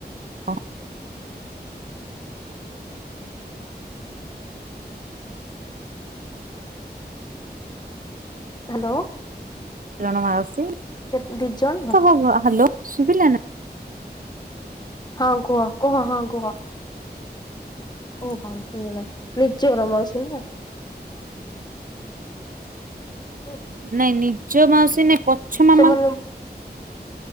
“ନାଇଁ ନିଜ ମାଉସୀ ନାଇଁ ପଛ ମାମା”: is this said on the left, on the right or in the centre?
Right